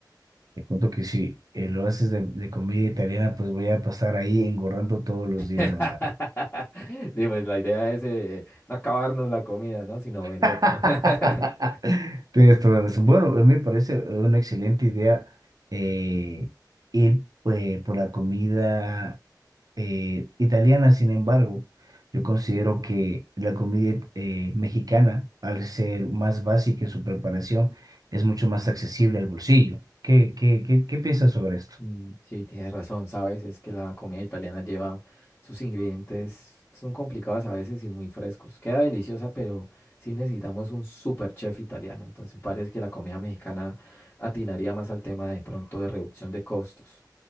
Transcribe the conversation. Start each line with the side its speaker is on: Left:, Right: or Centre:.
Right: Te cuento que si eh, lo haces de, de comida italiana, pues voy a pasar ahí engordando todos los
Left: <laughs>
Right: días, hermano.
Left: Sí, pues la idea es eh, no acabarnos la comida, ¿no? Sino
Right: <laughs>
Left: venderla. <laughs>
Right: Tienes toda la razón. Bueno, a mí me parece eh, una excelente idea eh, ir eh, por la comida eh, italiana. Sin embargo, yo considero que la comida eh, mexicana, al ser más básica en su preparación, es mucho más accesible al bolsillo. ¿Qué, qué, qué, qué piensas sobre esto?
Left: Mm, Sí, tienes razón, ¿sabes? Es que la comida italiana lleva sus ingredientes, son complicados a veces y muy frescos. Queda deliciosa, pero sí necesitamos un super chef italiano. Entonces parece que la comida mexicana atinaría más al tema de pronto de reducción de costos.